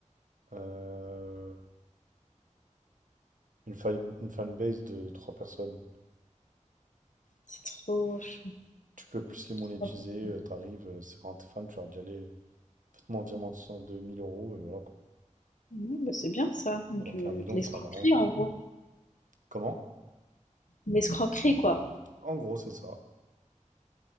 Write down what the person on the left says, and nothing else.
c'est trop. Je suis
trop personnes.
Ouais, bah c'est bien ça, du-
de
l'escroquerie
en gros.
De L'escroquerie quoi.